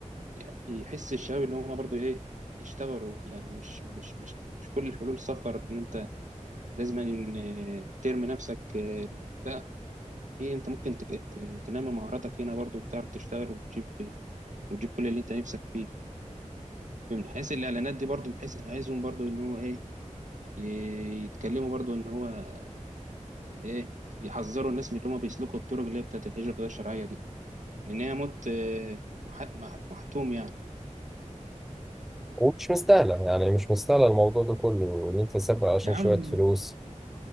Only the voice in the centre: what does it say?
ومش مستاهله يعني مش مستاهله الموضوع ده كله ان انت تسافر عشان
شويه فلوس